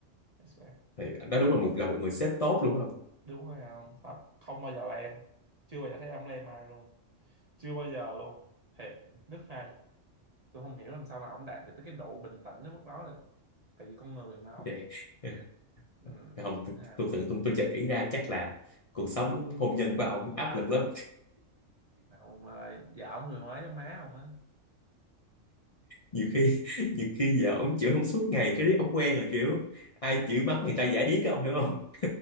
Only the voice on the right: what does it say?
that's right.
đúng rồi không thật không bao giờ lem chưa bao giờ thấy ông lem ai luôn chưa bao giờ luôn thiệt rất hay tôi không hiểu làm sao mà ông đạt được tới cái độ bình tĩnh đến mức đó là tại vì con người mà ông
ừ.
thế nào
mà
nào ông ơi vợ ông người Huế giống má ông á